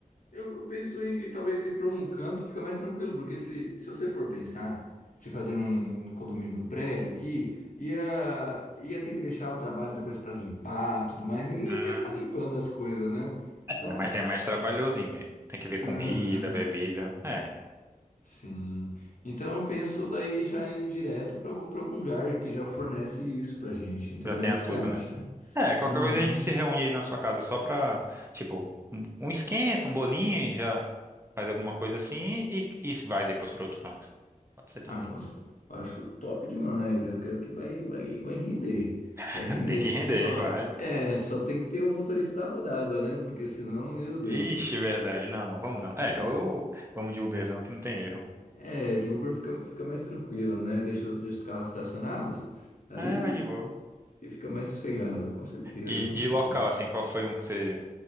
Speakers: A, on the left; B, on the right.
A: Eu, eu penso em talvez ir para um canto, fica mais tranquilo, porque se, se você for pensar, se fazer um, no condomínio do prédio aqui, ia, ia ter que deixar o trabalho depois para limpar tudo mais, e ninguém
B: Hum,
A: quer ficar limpando as coisas, né?
B: É
A: Então,
B: mais,
A: t-
B: é mais trabalhosinho mesmo. Tem que ver comida,
A: aham,
B: bebida. É,
A: sim. Então eu penso daí já ir direto para algum lugar que já fornece isso pra gente, entendeu?
B: já tem a
A: O que
B: tudo,
A: você acha?
B: né? É, qualquer
A: Uhum.
B: coisa a gente se reúne aí na sua casa só pra, tipo, um, um esquenta, um bolinho, já faz alguma coisa assim e, e vai depois pra outro canto. Pode ser também.
A: Ah, cons- acho top demais. Eu creio que vai, vai, vai render.
B: <laughs>
A: Vai render.
B: Tem que render,
A: Só,
B: vai.
A: é, só tem que ter o motorista da rodada, né? Porque senão, meu Deus.
B: Ixi, verdade. Não, não, vamos não.
A: Hum.
B: É, ou vamos de Uberzão que não tem erro.
A: É, de Uber fica, fica mais tranquilo, né? Deixa, os- deixa os carros estacionados ali,
B: É,
A: né?
B: vai de boa.
A: E fica mais sossegado, com certeza,
B: E
A: com
B: de
A: certeza.
B: local, assim, qual foi um que você